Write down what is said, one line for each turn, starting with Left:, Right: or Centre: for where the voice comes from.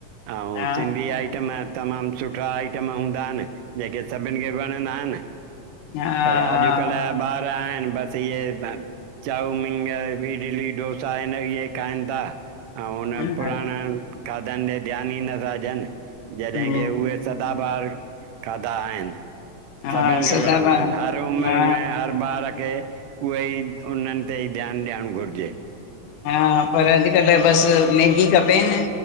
Right: अऊं
Left: हा
Right: सिंधी आइटम तमामु सुठा आइटम हूंदा आहिनि जेके सभिनि खे वणंदा आहिनि।
Left: हा
Right: पर अॼुकल्ह जा ॿार आहिनि बसि थीए चाऊमींग, इडली, डोसा आहिन। इए खाइनि था ऐं हुन
Left: हा
Right: पुराणनि खाधनि ॾे ध्यानु ई नथा ॾियनि। जॾहिं
Left: हा
Right: की उहे सदाबहार खाधा आहिनि।
Left: हा
Right: सभिनि खे
Left: सदाबा
Right: वणंदा आहिनि हर उमिरि
Left: हा
Right: में हर ॿार खे उहे ई उन्हनि ते ई ध्यान ॾियणु घुरिजे।
Left: हा पर अॼुकल्ह बसि मैगी खपेनि